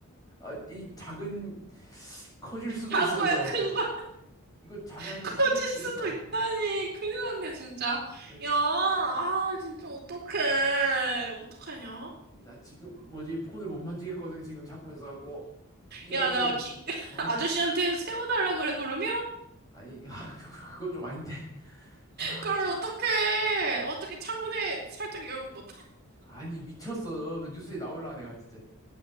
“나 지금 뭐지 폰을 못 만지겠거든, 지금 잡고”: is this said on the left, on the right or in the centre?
Left